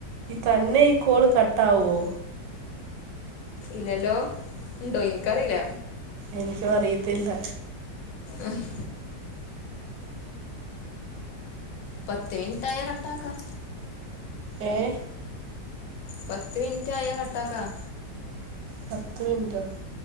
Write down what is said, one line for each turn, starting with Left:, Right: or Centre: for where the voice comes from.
Right: തന്നെ ഈ കോള് കട്ടാവുവോ
Left: ഇല്ലല്ലോ ഇണ്ടോ എനിക്കറിയില്ല
Right: എനിക്കും അറിയത്തില്ല
Left: എഹ് <unintelligible> പത്ത് മിനിറ്റ് ആയ കട്ടാക്കാം
Right: ഏഹ്
Left: പത്ത് മിനിറ്റ് ആയ കട്ടാക്കാം
Right: പത്ത് മിനിറ്റോ